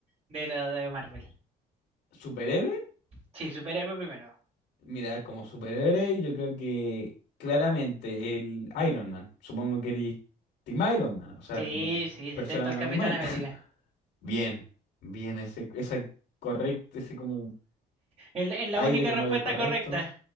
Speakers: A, on the right (about 35°); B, on the left (about 80°).
A: de la de Marvel?
B: ¿Superhéroe?
A: Sí, superhéroe primero.
B: Mira, como superhéroe yo creo que claramente el Iron Man. Supongo que eres Team Iron Man, o sea,
A: Sí,
B: como
A: sí, detesto
B: persona
A: al
B: normal.
A: Capitán América.
B: <laughs> Bien, bien, ese, esa correcto, ese como
A: Es, la es la
B: aire
A: única
B: como
A: respuesta
B: de correcto.
A: correcta.